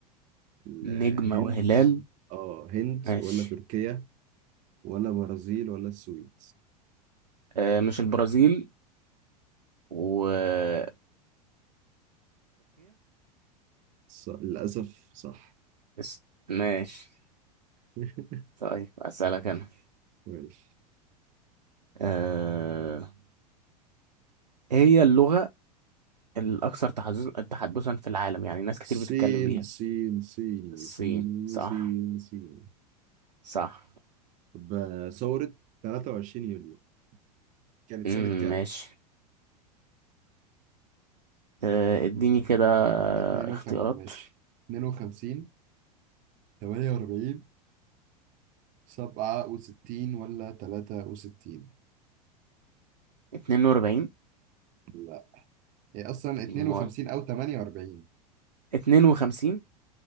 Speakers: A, on the right; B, on the right.
A: الهند
B: نجمة وهلال
A: اه هند
B: ماشي
A: ولا تركيا ولا برازيل ولا السويد
B: آه مش البرازيل وتركيا
A: ص- للأسف صح
B: بس ماشي
A: <laughs>
B: طيب أسألك أنا
A: ماشي
B: آه إيه هي اللغة الأكثر تحز- تحدثا في العالم يعني ناس كتير بتتكلم
A: سين
B: بيها
A: سين صيني
B: الصين
A: صيني
B: صح
A: صين صيني
B: صح
A: طب آه، ثورة 23 يوليو كانت
B: مم
A: سنة كام؟
B: ماشي آه اديني كده
A: 52
B: اختيارات
A: ماشي 52 48 67 ولا 63
B: 42
A: لا هي أصلا 52
B: امال
A: أو 48
B: 52